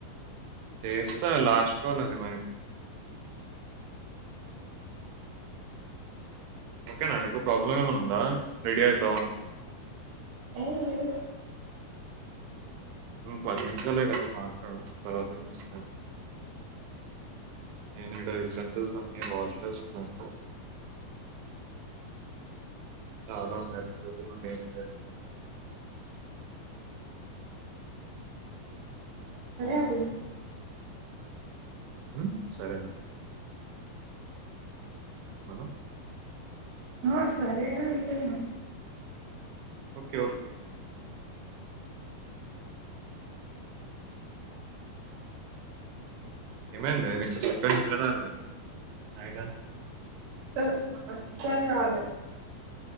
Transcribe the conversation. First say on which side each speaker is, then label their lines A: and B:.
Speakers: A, on the right (about 85°); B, on the right (about 70°).
A: చేస్తా లాస్ట్ కాల్ అది మరి
B: సరే
A: ఓకేనా నీకు ప్రాబ్లం ఏమైనా ఉందా రెడీ అవుతాం
B: ఏంలేదు
A: పది నిముషాలే కదా మాట్లాడు తర్వాత చెస్ నేను ఈడ షేఖిల్స్ అన్నీ వష్ చేస్తున్నాను చాలా ఉన్నాయి రెండు రోజులుండి ఏం చేయను
B: సరే అభి
A: ఉ సరేన మన్ను
B: ఆ సరే అని అంటున్నా
A: ఓకే ఓకే ఏమైంది నీకు చక్కగా నిద్ర రాలేదా నైట్ అంతా
B: ఉ అస్సలు రాలే